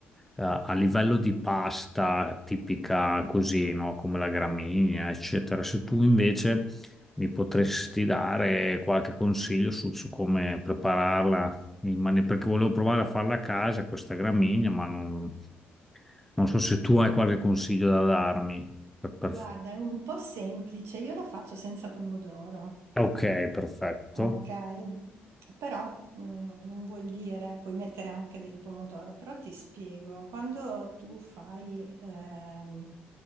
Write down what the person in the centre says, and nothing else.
eh, a livello di pasta tipica così, no, come la gramigna, eccetera, se tu invece mi potresti dare qualche consiglio su, su come prepararla, in mani- perché volevo provare a farla a casa questa gramigna, ma non, non so se tu hai qualche consiglio da darmi. Per- per-
Ok, perfetto.